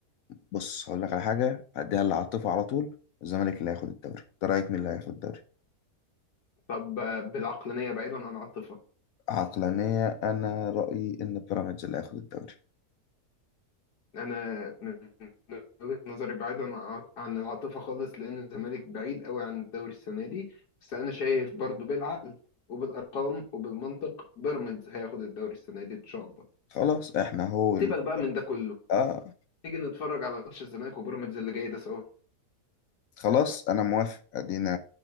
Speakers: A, on the left; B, on the left.
A: بص هقول لك على حاجة أديها للعاطفة على طول الزمالك اللي هياخد الدوري أنت رأيك مين اللي هياخد الدوري؟
B: طب آه، بالعقلانيه بعيدا عن العاطفه
A: عقلانية أنا رأيي إن بيراميدز اللي هياخد الدوري
B: انا من وجهة نظري بعيدا عن عن العاطفه خالص لان الزمالك بعيد قوي عن الدوري السنه دي بس انا شايف برضو بالعقل وبالارقام وبالمنطق بيراميدز هياخد الدوري السنه دي ان شاء الله
A: خلاص إحنا هو ال...
B: سيبك بقى من ده كله
A: آه
B: تيجي نتفرج على ماتش الزمالك وبيراميدز اللي جاي ده سوا
A: خلاص أنا موافق أدينا